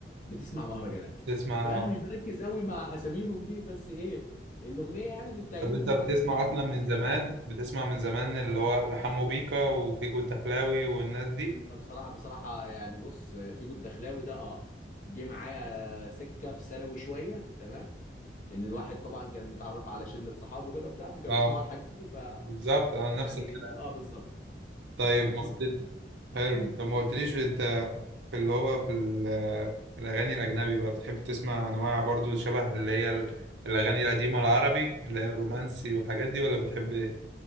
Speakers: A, on the left; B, on the right.
A: بتسمع مهرجانات
B: بتسمع
A: فانا
B: اه
A: مش بركز قوي مع اساميهم دي بس ايه الاغنيه يعني اللي بتعجبني
B: طب انت
A: المهرجانات
B: بتسمع
A: بيعجبني
B: اصلا من
A: بسمعه
B: زمان بتسمع من زمان اللي هو حمو بيكا وفيجو الدخلاوي والناس دي
A: لا بصراحة بصراحة يعني بص فيجو الدخلاوي ده اه جه معايا سكة في ثانوي شوية تمام لأن الواحد طبعا كان متعرف على شلة صحابه كده وبتاع فكانوا
B: اه
A: بيسمعوا الحاجات دي ف
B: بالظبط اه نفس
A: يعني
B: الكلام
A: اه بالظبط
B: طيب
A: فبتسمع
B: ما قلت حلو
A: امم
B: طب ما قلتليش انت في اللي هو في ال- في الاغاني الاجنبي بقى بتحب تسمع انواع برضو شبه اللي هي ال- الاغاني القديمه العربي اللي هي الرومانسي والحاجات دي ولا بتحب ايه